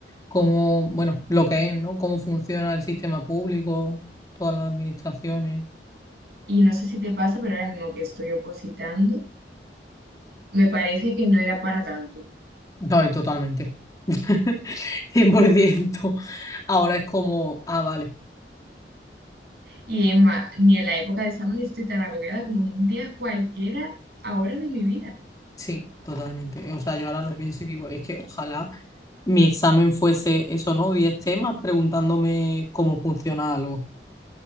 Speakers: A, on the left; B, on the right.
A: Cómo, bueno, lo que es, ¿no? Cómo funciona el sistema público, todas las administraciones.
B: Y no sé si te pasa, pero ahora mismo que estoy opositando, me parece que no era para tanto.
A: No, y totalmente. <laughs> cien por ciento Ahora es como, ah, vale.
B: Y es más, ni en la época de examen estoy tan agobiada como en un día cualquiera ahora de mi vida.
A: Sí, totalmente. O sea, yo ahora lo pienso y digo, es que ojalá mi examen fuese eso, ¿no? diez temas preguntándome cómo funciona algo.